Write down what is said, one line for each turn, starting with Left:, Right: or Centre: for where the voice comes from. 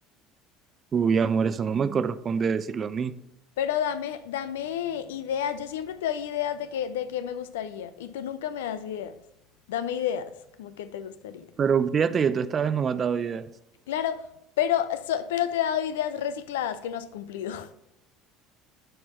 Right: Uy, amor, eso no me corresponde decirlo a mí.
Left: Pero dame, dame ideas, yo siempre te doy ideas de qué, de qué me gustaría y tú nunca me das ideas. Dame ideas, como que te gustaría.
Right: Pero fíjate que tú esta vez no me has dado ideas.
Left: Claro, pero, so- pero te he dado ideas recicladas que no has cumplido.